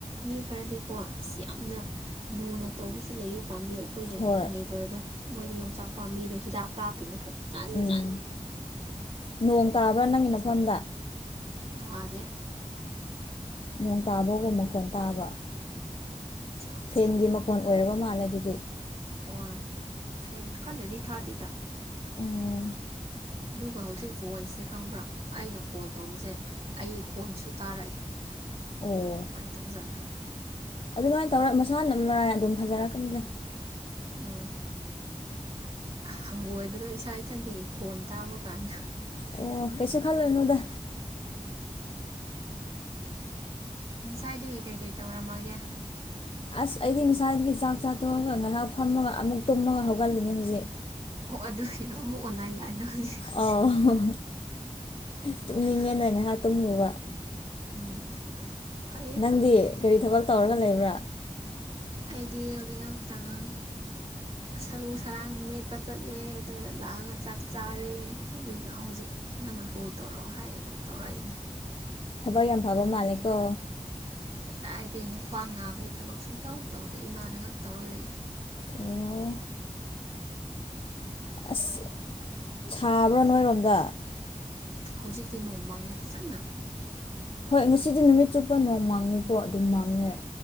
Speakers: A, on the right; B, on the left.
A: ꯃꯤ ꯈꯔꯗꯤꯀꯣ ꯑꯁ ꯌꯥꯝꯅ ꯂꯨꯅ ꯇꯧꯕꯁꯨ ꯂꯩꯌꯦ ꯎ ꯄꯥꯝꯕꯤ ꯑꯩꯈꯣꯏꯒꯤ
B: ꯍꯣꯏ
A: ꯅꯦꯕꯔꯗꯣ ꯃꯣꯏꯗꯤ ꯌꯣꯡꯆꯥꯛ ꯄꯥꯝꯕꯤꯗꯣ ꯍꯤꯗꯥꯛ ꯀꯥꯞꯄꯤꯅꯦ ꯐꯖꯟ
B: ꯎꯝ ꯅꯣꯡ ꯇꯥꯕ꯭ꯔ ꯅꯪꯒꯤ ꯅꯐꯝꯗ
A: ꯇꯥꯗꯦ
B: ꯅꯣꯡ ꯇꯥꯕꯒꯨꯝ ꯃꯈꯣꯟ ꯇꯥꯕ
A: ꯆꯥꯛꯑꯣ
B: ꯐꯦꯟꯒꯤ ꯃꯈꯣꯟ ꯑꯣꯏꯔꯕ ꯃꯥꯥꯜꯂꯦ ꯑꯗꯨꯗꯤ
A: ꯍꯣꯏ ꯐꯦꯟ ꯀꯟꯅꯗꯤ ꯊꯥꯗꯦꯗ
B: ꯎꯝ
A: ꯑꯗꯨꯒ ꯍꯧꯖꯤꯛ ꯚꯣꯏꯁꯁꯦ ꯈꯪꯕ꯭ꯔ ꯑꯩꯅ ꯀꯣꯜ ꯇꯧꯕꯁꯦ ꯑꯩ ꯈꯣꯟꯁꯨ ꯇꯥꯔꯛꯑꯦ
B: ꯑꯣ
A: ꯀꯃꯥꯏ ꯇꯧꯖꯥꯠꯂ
B: ꯑꯗꯨꯃꯥꯏꯅ ꯇꯧꯔꯦ ꯃꯁꯥꯅ ꯃꯔꯥꯏ ꯑꯗꯨꯝ ꯐꯖꯔꯛꯀꯅꯤꯗ
A: ꯎꯝ ꯍꯪꯒꯣꯏꯕꯗꯣ ꯏꯁꯥ ꯏꯊꯟꯇꯒꯤ ꯈꯣꯟ ꯇꯥꯕ ꯀꯥꯟꯗ
B: ꯑꯣ ꯀꯩꯁꯨ ꯈꯜꯂꯨꯅꯨꯗ
A: ꯉꯁꯥꯏꯗꯒꯤ ꯀꯩꯀꯩ ꯇꯧꯔꯝꯃꯒꯦ
B: ꯑꯁ ꯑꯩꯗꯤ ꯉꯁꯥꯏꯗꯒꯤ ꯆꯥꯛ ꯆꯥꯊꯣꯛꯑꯒ ꯉꯥꯏꯍꯥꯛ ꯐꯝꯃꯒ ꯑꯃꯨꯛ ꯇꯨꯝꯃꯒ ꯍꯧꯒꯠꯂꯤꯅꯦ ꯍꯧꯖꯤꯛ
A: ꯑꯣ ꯑꯗꯨꯒꯤꯔꯣ ꯑꯃꯨꯛ ꯑꯣꯟꯂꯥꯏꯟ ꯂꯥꯛꯏꯗꯣ ꯍꯧꯖꯤꯛ
B: ꯑꯧ ꯇꯨꯝꯅꯤꯡꯉꯦꯅ ꯉꯥꯏꯍꯥꯛ ꯇꯨꯝꯃꯨꯕ
A: ꯎꯝ ꯐꯩ
B: ꯅꯪꯗꯤ ꯀꯔꯤ ꯊꯕꯛ ꯇꯧꯔꯒ ꯂꯩꯕ꯭ꯔ
A: ꯑꯩꯗꯤ ꯍꯧꯖꯤꯛ ꯉꯥꯛꯇꯪ ꯁꯔꯨ ꯁꯔꯥꯡ ꯃꯦꯠꯄ ꯆꯠꯂꯦ ꯑꯗꯨꯒ ꯂꯥꯛꯑꯒ ꯆꯥꯛ ꯆꯥꯔꯦ ꯑꯗꯨꯒ ꯍꯧꯖꯤꯛ ꯅꯪꯅ ꯀꯣꯜ ꯇꯧꯔꯛꯑꯣ ꯍꯥꯏ ꯑꯗꯨ ꯇꯧꯔꯛꯏꯅꯦ
B: ꯊꯕꯛ ꯌꯥꯝ ꯐꯕ ꯃꯥꯜꯂꯦꯀꯣ
A: ꯀꯗꯥꯏꯗꯩ ꯑꯩꯅ ꯈ꯭ꯋꯥꯡ ꯅꯥꯕꯒꯤ ꯊꯕꯛ ꯁꯨꯡꯇꯧ ꯇꯧꯗꯦ ꯏꯃꯥꯅ ꯉꯥꯛ ꯇꯧꯔ ꯂꯩ
B: ꯑꯣ ꯑꯁ ꯁꯥꯕ꯭ꯔꯣ ꯅꯣꯏꯔꯣꯝꯗ
A: ꯍꯧꯖꯤꯛꯇꯤ ꯅꯣꯡ ꯃꯥꯡꯉꯦ ꯐꯖꯅ
B: ꯍꯣꯏ ꯉꯁꯤꯗꯤ ꯅꯨꯃꯤꯠ ꯆꯨꯞꯄ ꯅꯣꯡ ꯃꯪꯉꯤꯀꯣ ꯑꯗꯨꯝ ꯃꯪꯉꯦ